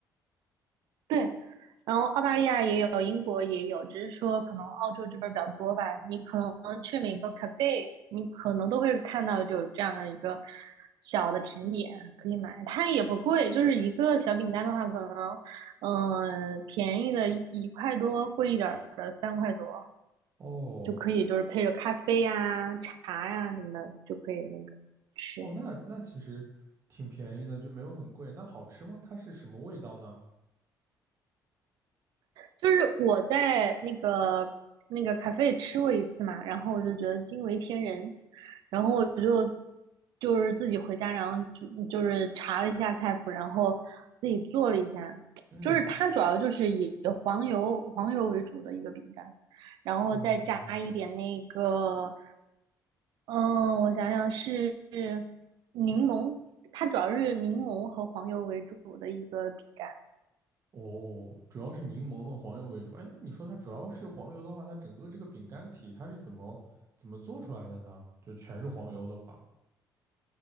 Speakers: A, on the right (about 80°); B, on the right (about 45°).
A: 对，然后澳大利亚也有，英国也有，只是说可能澳洲这边儿比较多吧。你可能去每个 cafe，你可能都会看到有这样的一个小的甜点可以买，它也不贵，就是一个小饼干的话，可能嗯、呃便宜的一块多，贵一点儿的三块多
B: 哦
A: 就可以，就是配着咖啡呀、茶呀、什么的就可以那个吃。
B: 哦，那那其实挺便宜的，就没有很贵。那好吃吗？它是什么味道呢？
A: 就是我在那个那个咖啡吃过一次嘛，然后我就觉得惊为天人，然后我就就是自己回家，然后就就是查了一下菜谱，然后自己做了一下，
B: 嗯，
A: 就是它主要就是以黄油黄油为主的一个饼干，然后再加一点那个，
B: 哦。
A: 嗯，我想想是是柠檬，它主要是柠檬和黄油为主的一个饼干。
B: 哦，主要是柠檬和黄油为主。哎，那你说它主要是黄油的话，它整个这个饼干体它是怎么怎么做出来的呢？就全是黄油的话，